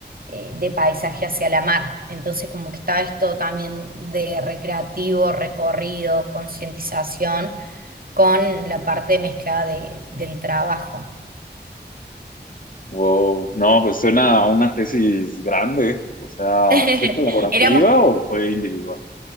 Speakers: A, on the right; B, on the left.
A: eh, de paisaje hacia la mar. Entonces como que está esto también de recreativo, recorrido, concientización con la parte mezclada de- del trabajo.
B: Wow, no, pues suena a una tesis grande. O sea,
A: <laughs>
B: ¿fue colaborativa
A: Éramos
B: o fue individual?